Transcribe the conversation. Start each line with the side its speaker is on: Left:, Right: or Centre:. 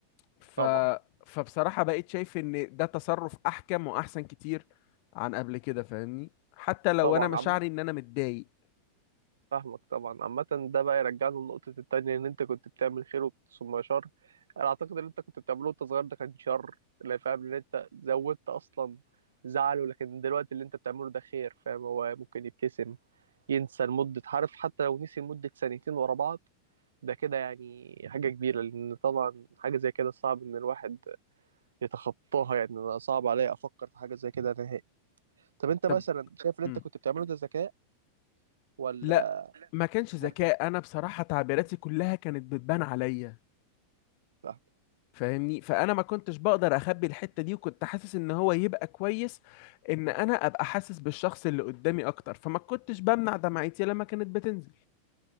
Left: ف
Right: طبعا
Left: فبصراحه بقيت شايف ان ده تصرف احكم واحسن كتير عن قبل كده فاهمني حتى لو
Right: طبعا
Left: انا مشاعري
Right: عم
Left: ان انا متضايق
Right: فاهمك طبعا عامة ده بقى يرجعنا لنقطة التانية إن أنت كنت بتعمل خير ثم شر أنا أعتقد إن أنت كنت بتعمله وأنت صغير ده كان شر اللي فاهم إن أنت زودت أصلا زعله لكن دلوقتي اللي أنت بتعمله ده خير فاهم هو ممكن يبتسم ينسى لمدة عارف حتى لو نسي لمدة سنتين ورا بعض ده كده يعني حاجة كبيرة لأن طبعا حاجة زي كده صعب إن الواحد يتخطاها يعني أنا صعب عليا أفكر في حاجة زي كده نهائي طب أنت
Left: طب
Right: مثلا شايف اللي
Left: مم.
Right: أنت كنت بتعمله ده ذكاء ولا
Left: لا ما كانش ذكاء
Right: أمال
Left: انا بصراحة تعبيراتي كلها كانت بتبان عليا
Right: إيه؟
Left: فاهمني فانا ما كنتش بقدر اخبي الحتة دي وكنت حاسس ان هو يبقى كويس ان انا ابقى حاسس بالشخص اللي قدامي اكتر فما كنتش بمنع دمعتي لما كانت بتنزل